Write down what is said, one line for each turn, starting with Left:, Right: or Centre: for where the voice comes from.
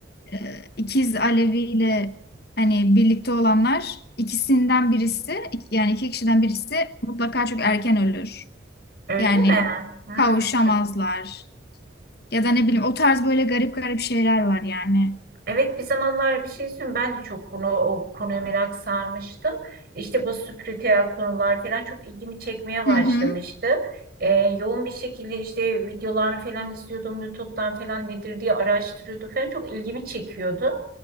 Left: e, ikiz Alevi ile hani birlikte olanlar ikisinden birisi ik- yani iki kişiden birisi mutlaka çok erken ölür.
Right: Öyle
Left: Yani
Right: mi? Hı,
Left: kavuşamazlar
Right: çok
Left: ya da ne bileyim o tarz böyle garip garip şeyler var yani.
Right: Evet bir zamanlar bir şey söyleyeyim ben de çok bunu o konuya merak sarmıştım. İşte bu spiritüel konular falan çok ilgimi çekmeye başlamıştı.
Left: Hı hı.
Right: Ee, yoğun bir şekilde işte videolarını falan izliyordum YouTube'dan falan nedir diye araştırıyordum falan çok ilgimi çekiyordu.